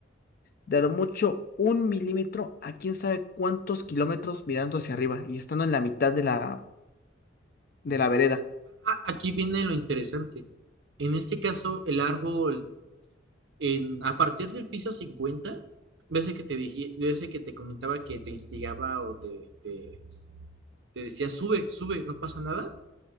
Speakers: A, on the left; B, on the right.
A: de a lo mucho un milímetro a quién sabe cuántos kilómetros mirando hacia arriba y estando en la mitad de la, de la vereda.
B: Ah, aquí viene lo interesante. En este caso, el árbol en, a partir del piso 50, ves que te dije, ves que te comentaba que te instigaba o te, te, te decía, sube, sube, no pasa nada.